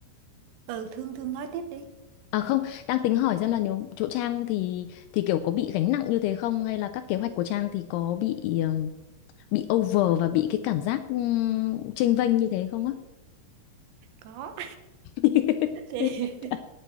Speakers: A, on the right; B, on the left.
A: ừ thương thương nói tiếp đi
B: à không đang tính hỏi xem là nếu chỗ Trang thì thì kiểu có bị gánh nặng như thế không hay là các kế hoạch của Trang thì có bị ờ, bị over và bị cái cảm giác um, chênh vênh như thế không á
A: có
B: <laughs>
A: <laughs> thì